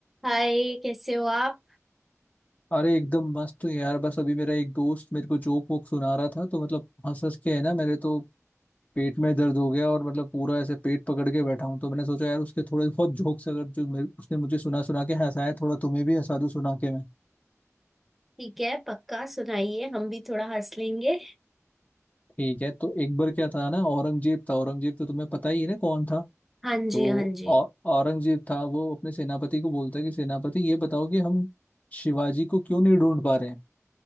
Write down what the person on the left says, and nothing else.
अरे एकदम मस्त हूँ यार बस अभी मेरा एक दोस्त मेरे को जोक वोक सुना रहा था तो मतलब हंस हंस के है ना मेरे तो पेट में दर्द हो गया और मतलब पूरा ऐसे पेट पकड़ के बैठा हूँ तो मैंने सोचा यार उसके थोड़े बहुत जोक्स अगर जो मेरे उसने मुझे सुना सुना के हंसाया थोड़ा तुम्हें भी हंसा दूँ सुना के मैं
ठीक है तो एक बार क्या था ना औरंगजेब था औरंगजेब तो तुम्हें पता ही है ना कौन था
तो
औ- औरंगजेब था वो अपने सेनापति को बोलता है कि सेनापति ये बताओ कि हम शिवाजी को क्यों नहीं ढूंढ पा रहे हैं